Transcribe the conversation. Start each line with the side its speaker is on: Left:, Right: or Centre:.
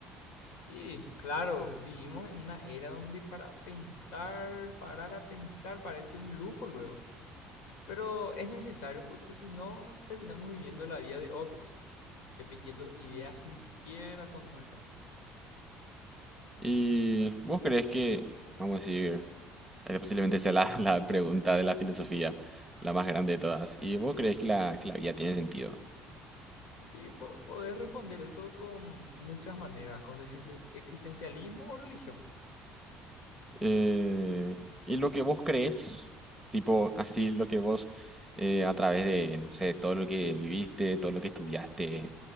Left: Y claro, vivimos en una era donde para pensar, parar a pensar, parece un lujo luego. Pero es necesario porque si no, terminamos viviendo la vida de otros, repitiendo ideas que ni siquiera son nuestras.
Centre: ¿Y vos crees que, vamos a decir, esta posiblemente sea la, <laughs> la pregunta de la filosofía, la más grande de todas? ¿Y vos crees que la, que la vida tiene sentido?
Left: Y po- podés responder eso con muchas maneras, con existen- existencialismo o religión.
Centre: Eh, y lo que vos crees, tipo así lo que vos eh, a través de, no sé, todo lo que viviste, todo lo que estudiaste